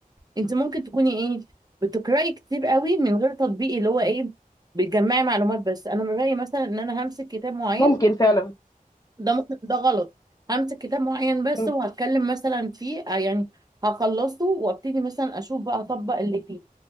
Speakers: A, on the right; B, on the left.
A: انت ممكن تكوني ايه بتقراي كتير قوي من غير تطبيق اللي هو ايه بتجمعي معلومات بس انا من رايي مثلا ان انا همسك كتاب معين
B: ممكن فعلا
A: ده ممكن ده غلط همسك كتاب معين بس
B: مم.
A: وهتكلم مثلا فيه آه يعني هخلصه وابتدي مثلا اشوف بقى اطبق اللي فيه